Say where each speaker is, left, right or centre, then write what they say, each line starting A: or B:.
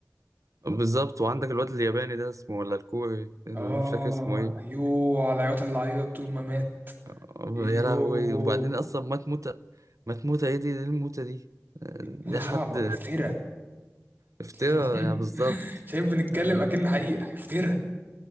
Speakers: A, on the right (about 85°); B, on the right (about 40°).
A: بالظبط وعندك الواد الياباني ده اسمه ولا الكوري اللي
B: اه
A: مش فاكر اسمه ايه
B: ايوه على العياط اللي عيط طول ما مات
A: آه،
B: ايوه
A: يا لهوي وبعدين اصلا مات موتة مات موتة ايه دي ايه الموتة دي آه، ده
B: موضة صعبة
A: حد
B: افترا
A: افترا
B: <laughs>
A: يعني بالظبط
B: شايف بنتكلم
A: يعني
B: اكن حقيقة افترا